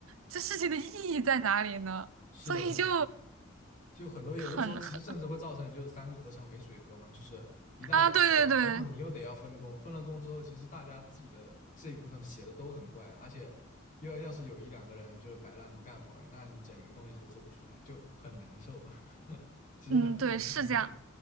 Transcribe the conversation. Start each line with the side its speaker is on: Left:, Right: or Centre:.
Right: 这事情的意义在哪里呢？
Left: 是的是的，
Right: 所以就
Left: 就很多有的时候其实甚至会造成就是三个和尚没水喝嘛，
Right: 很很
Left: 就是一旦人多了，
Right: 啊，对对对，
Left: 然后你又得要分工，分了工之后，其实大家自己的这一部分写的都很怪，而且要要是有一两个人就是摆烂不干活儿那你整个东西都做不出来，就很难受。<laughs> 其实还不如一个人干了。
Right: 嗯，对，是这样，